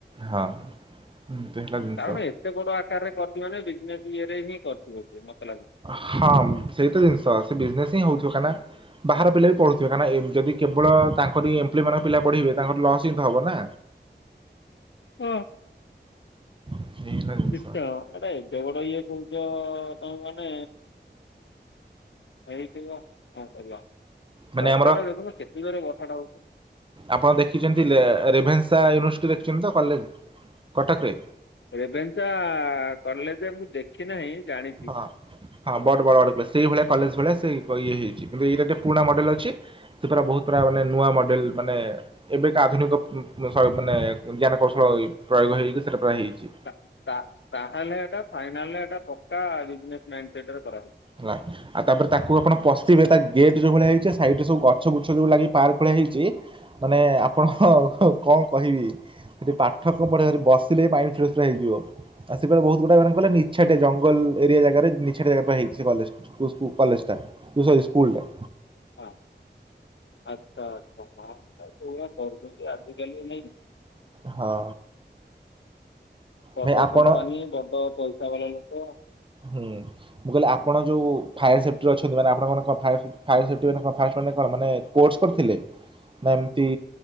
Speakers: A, on the right (about 30°); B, on the left (about 85°).
A: ହଁ। ଏତେ ହେଲା ଜିନିଷ
B: କାରଣ ଏତେ ବଡ ଆକାରରେ କରିଛି ମାନେ ବିଜନେସ୍ ଇଏରେ ହିଁ କରିଥିବ ସେ ମତେ ଲାଗୁଛି।
A: ହଁ ସେଇତ ଜିନିଷ ସେ ବିଜନେସ ହିଁ ହଉଥିବ କାହିଁକି ନା ବାହାର ପିଲା ବି ପଢ଼ୁଥିବେ କାହିଁନା ଏମ୍ ଯଦି କେବଳ ତାଙ୍କରି ଏମ୍ପ୍ଲୋଇ ମାନଙ୍କ ପିଲା ପଢ଼ିବେ ତାଙ୍କର ଲସ୍ ହିି ତ ହେବ ନା।
B: ହଁ।
A: ଏଇ ହେଲା ଜିନିଷ
B: ନିଶ୍ଚିତ ଆରେ ଏଡେ ବଡ ଇଏ କହୁଚ ତମେ ମାନେ। ହେଇଥିବ କଣ କରିବା
A: ମାନେ
B: ବର୍ଷା
A: ଆମର
B: ଟା ଦେଖୁନୁ ସେତିକିବେଳେ ବର୍ଷା ଟା ହଉଛି।
A: ଆପଣ ଦେଖିଚନ୍ତି ରେ ରେଭେନ୍ସା ୟୁନିଭର୍ସିଟି ଦେଖିଛନ୍ତି ତ କଲେଜ। କଟକରେ
B: ରେଭେନ୍ସା କଲେଜେ ମୁଁ ଦେଖି ନାହିଁ ଜାଣି
A: ହଁ ହଁ ବଡ଼୍ ବଡ଼ ବଡ଼ କ ସେଇ ଭଳିଆ କଲେଜ୍ ଭଳିଆ ସେ ଇଏ ହେଇଚି କିନ୍ତୁ ଏଇରା ଟିକେ ପୁରୁଣା ମଡେଲ୍ ଅଛି। ସେ ପରା ବହୁତ ପରା ମାନେ ନୂଆ ମଡ଼େଲ୍ ମାନେ। ଏବେ ଏଟା ଆଧୁନିକ ପ ଶୈ ମାନେ ଜ୍ଞାନ କୌଶଳ ଇ ପ୍ରୟୋଗ ହେଇକି ସେଟା ପ୍ରାୟ ହେଇଚି।
B: ତା ତା ତାହେଲେ ଏଟା ଫାଇନାଲ୍ ରେ ଏଟା ପକ୍କା ବିଜ୍ନେସ୍ ମାଇଣ୍ଡ୍ ସେଟ୍ ରେ କରାହେଇଚି।
A: ନାଇଁ ନା। ଆଉ ତାପରେ ତାକୁ ଆପଣ ପସଥିବେ ତା ଗେଟ୍ ଯୋଉ ଭଳିଆ ହେଇଚି ଆ ସାଇଡ୍ ରେ ସବୁ ଗଛ ବୁଛ ଯୋଉ ଲାଗି ପାର୍କ ଭଳିଆ ହେଇଚି। ମାନେ ଆପଣ କଣ କହିବି। ସେଠି ପାଠ ପ ପଢ଼ିବାରେ ବସିଲେ ମାଇଣ୍ଡ ଫ୍ରେଶ୍ ପୁରା ହେଇଯିବ ଆ ସେ ପରା ବହୁତ ଗୁଡ଼ା ମାନେ କଣ କହିଲ ନିଛାଟିଆ
B: ହୁଁ
A: ଜ ଭଲ୍ ଏରିଆ ଜାଗାରେ ନିଛାଟିଆ ଜାଗା ପୁରା ହେଇଚି ସେ କଲେଜ୍ ସ୍କୁ ସ୍କୁ କଲେଜ୍ ଟା ଏ ସରି ସ୍କୁଲ୍ ଟା।
B: ହଁ ଆଚ୍ଛା <unintelligible> ପୁରା କରୁଚି ଆଜିିକାଲି ନାଇଁ କି?
A: ହଁ।
B: ବଡ
A: ଭାଇ ଆପଣ
B: କମ୍ପାନୀ ବଡ ପଇସା ଵାଲା ଲୋକ।
A: ହୁଁ ମୁଁ କହିଲି ଆପଣ ଯୋଉ ଫାୟାର୍ ସେଫ୍ଟିରେ ଅଛନ୍ତି ମାନେ ଆପଣଙ୍କର ମାନେ କଣ ଫାୟାର୍ ଫାୟାର୍ ସେଫ୍ଟି ମାନେ କଣ ଫାୟାର୍ସ ମାନେ କଣ ମାନେ କୋର୍ସ କରିଥିଲେ ନା ଏମତି।